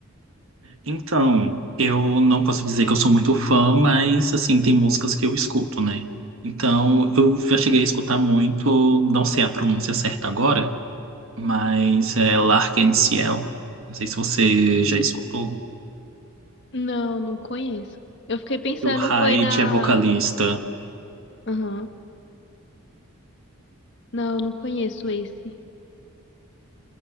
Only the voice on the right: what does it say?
Então, eu não posso dizer que eu sou muito fã, mas assim, tem músicas que eu escuto, né? Então, eu já cheguei a escutar muito, não sei a pronúncia certa agora, mas é Lark and Ciel. Não sei se você já escutou.
O Hyde
é vocalista.